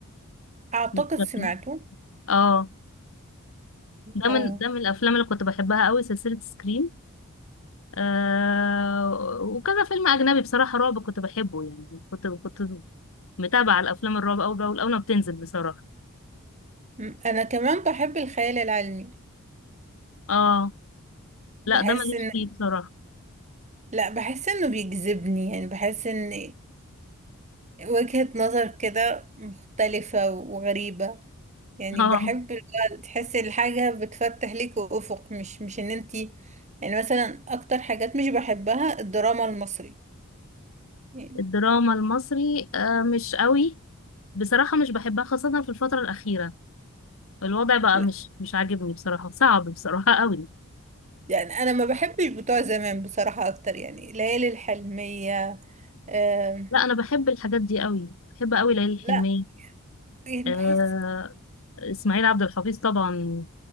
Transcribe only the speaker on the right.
اعتقد
سمعته
اه
م- انا كمان بحب الخيال العلمي
بحس
ان
لا بحس انه بيجذبني يعني بحس ان وجهة نظر كده مختلفة وغريبة يعني
بحب الوقت- تحسي الحاجة بتفتح ليك أفق مش مش ان انتي يعني مثلا اكتر حاجات مش بحبها الدراما المصري يعني
لا
يعني انا ما بحبش بتوع زمان بصراحة اكتر يعني ليالي الحلمية آم،
لا يعني
بحس